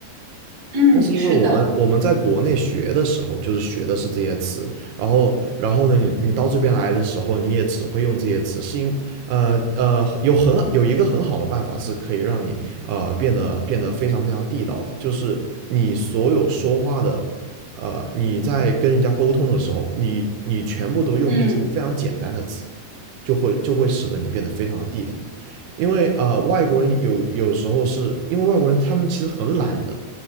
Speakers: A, on the right; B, on the right.
A: 嗯，
B: 那是因为我们我们在国内学的时候，
A: 是的，
B: 就是学的是这些词，然后然后呢，你你到这边来的时候，你也只会用这些词，是因呃呃有很有一个很好的办法是可以让你呃变得变得非常非常地道的，就是你所有说话的，呃你在跟人家沟通的时候，你你全部都用一些非常简单的词，
A: 嗯
B: 就会就会使得你变得非常的地道，因为呃外国人有有时候是因为外国人他们其实很懒的。